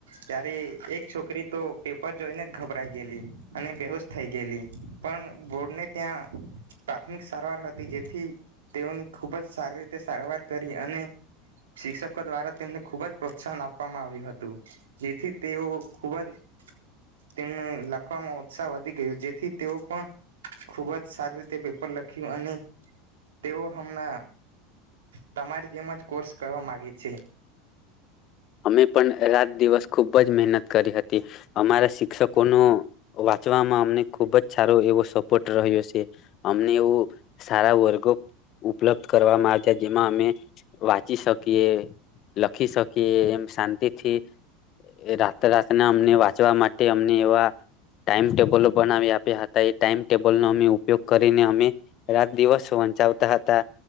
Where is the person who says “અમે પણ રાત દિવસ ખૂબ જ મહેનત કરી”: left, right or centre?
Left